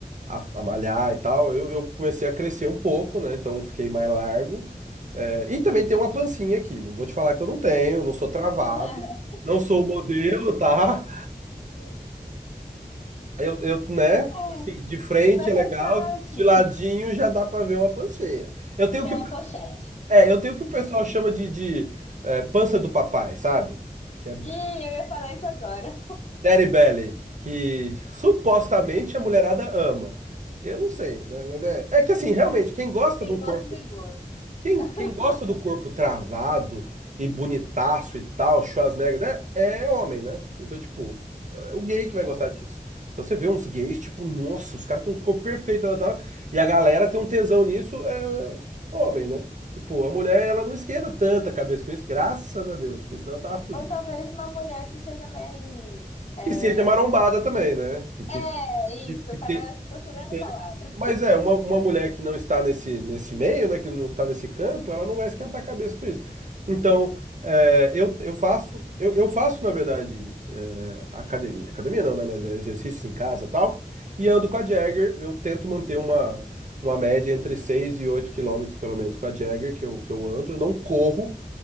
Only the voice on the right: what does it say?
a, a malhar e tal, eu, eu comecei a crescer um pouco, né? Então fiquei mais largo. É, e também tem uma
pancinha aqui. Não vou te falar que eu não tenho, não sou travado,
não sou modelo, tá? Eu, eu, né?
Assim, de frente
é legal,
de ladinho já dá pra ver uma panceia. Eu tenho
o que, o
pe-
é, eu tenho o que o pessoal chama de, de, é, pança do papai, sabe? Que é,
Daddy Belly, que supostamente a mulherada ama. Eu não sei, né? Mas é, é que assim, realmente, quem gosta
de um
corpo,
quem,
quem gosta do corpo travado e bonitaço e tal, Schwarzenegger, né? É homem, né? Então, tipo, é o gay que vai
gostar disso. Então você vê uns gays, tipo, nossa, os caras têm uns corpos perfeitos, tal, tal, tal, e a galera tem um tesão nisso, é homem, né? Tipo, a mulher, ela não esquenta tanta cabeça com isso, graças a Deus, porque senão eu tava fudido.
Que seja marombada também, né? Que, que
de-
de
ter-
de ter-
Mas é, uma, uma mulher que não está nesse, nesse meio, né, que não está nesse campo, ela não vai esquentar a cabeça com isso. Então, é, eu, eu faço, eu, eu faço, na verdade, é, academia, academia não, né, mas é exercícios em casa e tal, e ando com a
Jagger, eu tento manter uma, uma média entre 6 e 8 quilômetros, pelo menos, com a Jagger, que eu, que eu ando, eu não corro,